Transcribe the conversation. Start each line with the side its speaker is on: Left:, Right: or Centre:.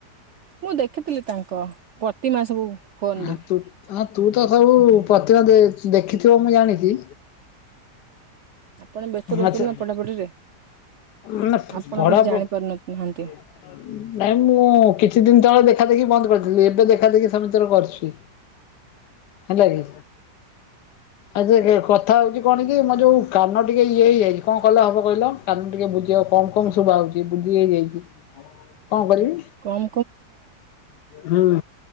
Right: ମୁଁ ଦେଖିଥିଲି ତାଙ୍କ ପ୍ରତିମା ସବୁ ଫୋନରେ
Left: ଆ ତୁ ହଁ ତୁ ତ ସବୁ ପ୍ରତିିବା ଦେଖିଥିବ ମୁଁ ଜାଣିଛି।
Right: ଆପଣ ବ୍ୟସ୍ତ ରହୁଛନ୍ତି
Left: ଆଛା
Right: ନା ପଢାପଢିରେ
Left: ମ
Right: ଆପଣ
Left: ପଢ଼ା
Right: କିଛି ଜାଣି
Left: ନାଇଁ
Right: ପାରୁନହାନ୍ତି
Left: ମୁଁ କିଛି ଦିନ ତଳେ ଦେଖା ଦେଖି ବନ୍ଦ କରିଥିଲି ଏବେ ଦେଖା ଦେଖି ସମତଲ କରୁଛି। ହେଲା କି ଆଯେ କଥା ହଉଛି କଣ କି ମୋ ଯୋଉ କାନ ଟିକେ ଇଏ ହେଇଯାଇଛି କଣ? କଲେ ହେବ କିହୀଲ କନ ଟିକେ ବୁଝିବାକୁ। କମ କମ ଶୁଭା ହଉଛି ବୁଧି ହେଇଯାଇଛି। କଣ କରିବି
Right: କମ
Left: ହୁଁ।